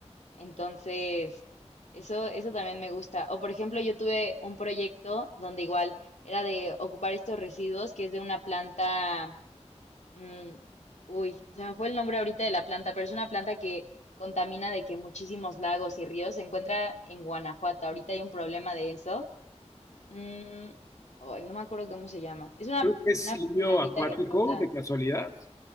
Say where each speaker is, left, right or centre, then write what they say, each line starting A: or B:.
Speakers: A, on the left; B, on the left.
A: Entonces, eso, eso también me gusta. O por ejemplo, yo tuve un proyecto donde igual era de ocupar estos residuos que es de una planta Mm, uy, se me fue el nombre ahorita de la planta, pero es una planta que contamina de que muchísimos lagos y ríos. Se encuentra en Guanajuato. Ahorita hay un problema de eso. Mm, ay, no me acuerdo cómo se llama. Es una,
B: Creo que es
A: una
B: lirio
A: plantita
B: acuático,
A: que flota.
B: de casualidad.